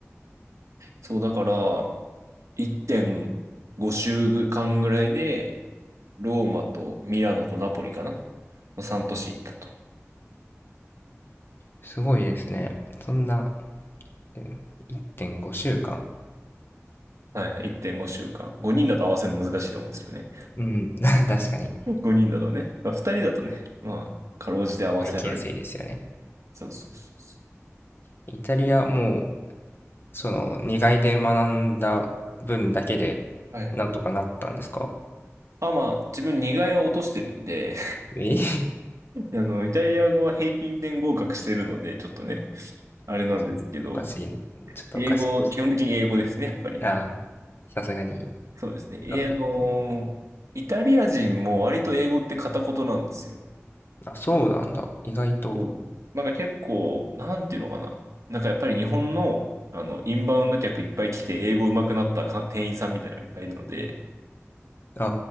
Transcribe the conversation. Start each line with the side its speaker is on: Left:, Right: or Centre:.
Right: そうだから、1.5週間ぐらいで、ローマとミラノとナポリかなの3都市行ったと。
Left: すごいですね。そんな、うん1.5週間。
Right: はいはい、1.5週間。5人だと合わせるの難しいと思うんですよね。
Left: うん。<laughs> 確かに。
Right: <laughs> 5人だとね。まあ、2人だとね、まあ、かろうじて合わせられる。
Left: まあ、行きやすいですよね。
Right: そうそうそうそ
Left: イタリア、もう、その、2外で学んだ分だけで、
Right: う。はい。
Left: なんとかなったんですか
Right: あ、まあ、自分2外は落としてるんで、
Left: え
Right: <laughs> あの、イタリア語は平均点合格してるので、ちょっとね、あれなんですけど、
Left: <laughs> おかしい。ちょっとおかしいですね
Right: 英語、基本的に英語ですね、やっぱりね。
Left: ああ、さすがに、
Right: そうですね。え、
Left: そうなんですね。
Right: あのー、イタリア人も割と英語って片言なんですよ。
Left: あ、そうなんだ。意外と。
Right: そうなんか結構、なんていうのかな。なんかやっぱり日本の、あの、インバウンド客いっぱい来て、英語上手くなったか店員さんみたいなのがいっぱいいるので、
Left: あ